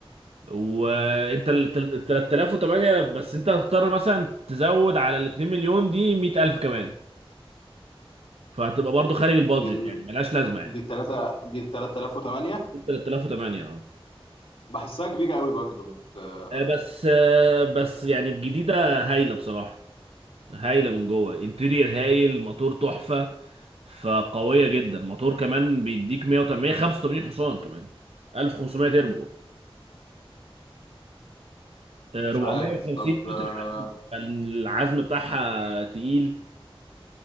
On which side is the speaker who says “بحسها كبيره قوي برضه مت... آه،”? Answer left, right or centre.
Left